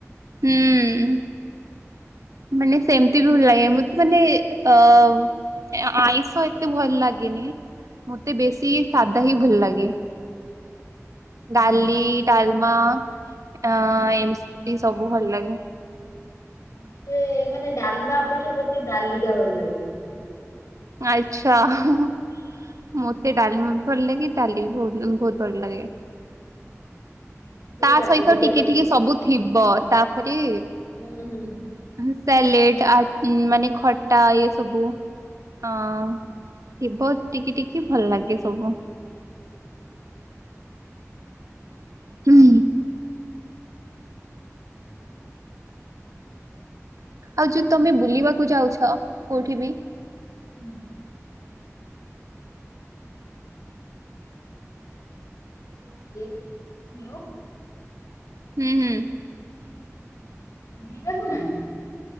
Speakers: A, on the right (about 80°); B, on the left (about 70°).
A: ଉଁ ମାନେ ସେମ୍ତି ଭଲାଗେ ମତେ ମାନେ ଅ ଏଆଁଇଷ ଏତେ ଭଲ ଲାଗେନି। ମୋତେ ବେଶୀ ସାଧା ହିଁ ଭଲ ଲାଗେ। ଡାଲି, ଡାଲମା ଆଁ ଏମ୍ସତି ସବୁ ଭଲ ଲାଗେ।
B: ମତେ ମାନେ ଡାଲ୍ମା ଅପେକ୍ଷା ବେଶୀ ଡାଲି ଟା ଭଲ ଲାଗେ।
A: ଆଚ୍ଛା ହାଁଆ ମତେ ଡାଲିମ ଭଲ ଲାଗେ ଡାଲି ବହୁତ ଉଁ ବହୁତ ଭଲ ଲାଗେ।
B: ସେଥିରେ
A: ତା
B: ଡାଲିଟା
A: ସହିତ ଟିକେ
B: ମାନେ
A: ଟିକେ
B: ଭଲ
A: ସବୁ ଥିବ ତାପରେ
B: ହୁଁ ହୁଁ।
A: ଉହୁଁ ସାଲେଡ୍ ଆ ମାନେ ଖଟା ଇ ସବୁ ଅଁ
B: ହଁ
A: ଥିବ ଟିକି ଟିକି ଭଲ ଲାଗେ ସବୁ। ହୁଁ। ଆଉ ଯୋଉ ତମେ ବୁଲିବାକୁ ଯାଉଛ କୋଉଠି ବି
B: ହୁଁ। <unintelligible> ହେଲୋ
A: ହୁଁ ହୁଁ।
B: ବୁଲିବାକୁ ନା